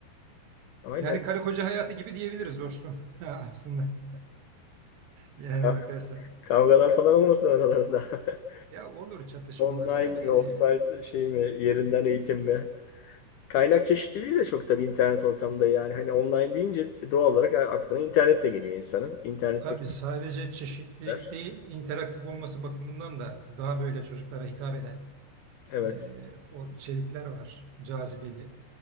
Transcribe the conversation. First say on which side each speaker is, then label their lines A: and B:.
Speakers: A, on the left (about 80°); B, on the right (about 85°).
A: Aynen.
B: Yani karı koca hayatı gibi diyebiliriz dostum <laughs> aslında. Yani
A: Ka-
B: bakarsan.
A: kavgalar falan olmasın aralarında. <laughs>
B: Ya olur çatışmaları
A: Online
B: tabii
A: mi, offsite
B: e,
A: şey mi, yerinden eğitim mi? Kaynak çeşitliliği de çok tabii internet ortamında yani. Hani online deyince doğal olarak aklına internet de geliyor insanın. İnternetteki
B: Tabii sadece çeşitlilik
A: bilgiler.
B: değil, interaktif olması bakımından da daha böyle çocuklara hitap eden
A: Evet.
B: e, o içerikler var, cazibeli.